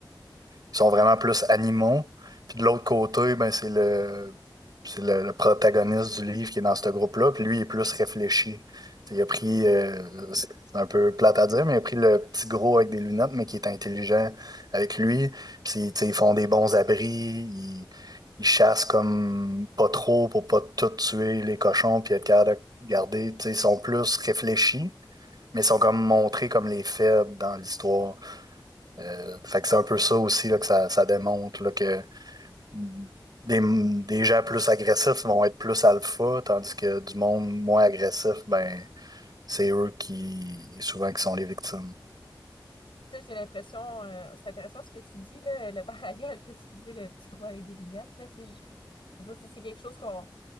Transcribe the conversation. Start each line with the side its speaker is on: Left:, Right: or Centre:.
Right: sont vraiment plus animaux. Puis de l'autre côté, ben, c'est le, c'est le, le protagoniste du livre qui est dans ce groupe-là. Puis lui, il est plus réfléchi. T'sais, Il a pris, euh, c'est un peu plate à dire, mais il a pris le petit gros avec des lunettes, mais qui est intelligent avec lui. Puis t'sais, ils font des bons abris, ils, ils chassent comme pas trop pour pas tout tuer les cochons, puis être capable de garder. T'sais, ils sont plus réfléchis, mais ils sont comme montrés comme les faibles dans l'histoire. Euh, fait que c'est un peu ça aussi là, que ça, ça démontre là, que des, des gens plus agressifs vont être plus alpha, tandis que du monde moins agressif, ben c'est eux qui souvent qui sont les victimes.
Left: Ça, j'ai l'impression, euh, c'est intéressant ce que tu dis, là, le <laughs> parallèle que tu disais, le petit gros avec des lunettes, là, tu sais, je, je veux dire, c'est c'est quelque chose qu'on